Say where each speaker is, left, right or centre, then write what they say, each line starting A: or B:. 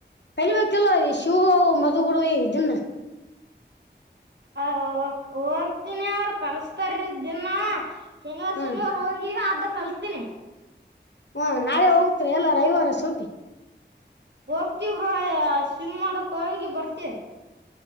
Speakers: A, on the left; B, on the right.
A: ಕಲಿಬೇಕೆಲ್ಲ ಅ ಶಿವವು ಮಧು ಇದನ್ನ
B: ಅ ಹೋಗ್ತೀಿನಿ ಅವರು ಕಲ್ಸ್ತಾರ ದಿನಾ ಶನಿವಾರ
A: ಹ
B: ಶನಿವಾರ ಹೋಗಿ ಅ ಕಲ್ತೀಿನಿ
A: ಹಾ ನಾಳೆ ಹೋಗ್ತೀರಿ ಎಲ್ಲ ರವಿವಾರ ಸೂಟಿ
B: ಹೋಗ್ತವ್ರ ಸ್ವಿಮ್ ಮಾಡಕ್ ಹಗಿ ಬರ್ತೆ